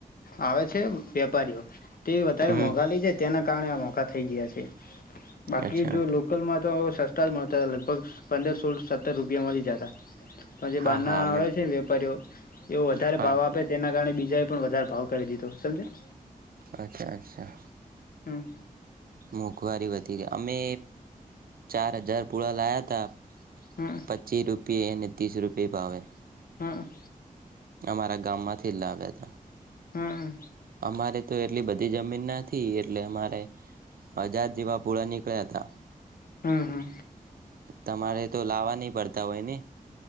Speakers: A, on the left; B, on the right.
A: આવે છે વેપારીઓ. તે વધારે
B: હમ
A: મોંઘા લઈ જાય ત્યાંના કારણે આ મોઘા થઈ ગયા છે. બાકી
B: અચ્છા
A: જો લોકલમાં તો સસ્તા જ મળતા લગભગ પંદર સોલ સત્તર રૂપિયા મળી જાતા. પણ જે
B: હા
A: બારના
B: હા હમણાં
A: આવે છે ને વેપારીઓ, એવો વધારે
B: હા
A: ભાવ આપે તેના કારણે બીજા પણ વધારે ભાવ કરી દીધો સમજ્યાં.
B: અચ્છા અચ્છા.
A: હમ.
B: મોંઘવારી વધી ગઈ અમે ચાર હજાર પૂળા લાયા તા.
A: હમ
B: પચ્ચી રૂપિયે એને ત્રીસ રૂપિયે ભાવે.
A: હમ.
B: અમારા ગામ માંથી લાવ્યા તા.
A: હમ
B: અમારે તો એટલી બધી જમીન નથી એટલે અમારે, હજાર જેવા પૂળા નીકળ્યા હતા.
A: હમ હા.
B: તમારે તો લાવવા નહી પડતા હોય ને?